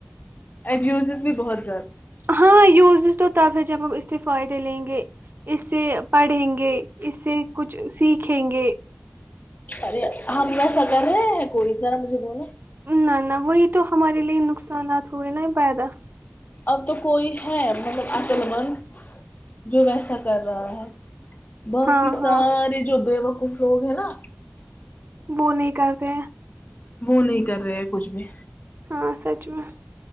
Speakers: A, on the left; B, on the right.
A: ای یوزز بھی بہت زیا
B: ہاں وز تو تب ہے جب اس ت فائدے لیں گے اس سے پڑھیں گے اس سے کچھ سیکھیں گے
A: ارے ہم ایسا کر رہے ہیں کوئی ذرا مجھے بولا
B: نہ نہ وہی تو ہمارے لیے نقصانات ہوئے نا پائدہ
A: اب تو کوئی ہے مطلب اکل مند جو ویسا کر رہا ہے باقی
B: ہاں
A: سارے
B: ہاں
A: جوبے کچھ لوگ ہیں نا
B: وہ نہیں کرتے
A: وہ نہیں کر رہے ہیں کچھ بھی
B: ہاں سچ میں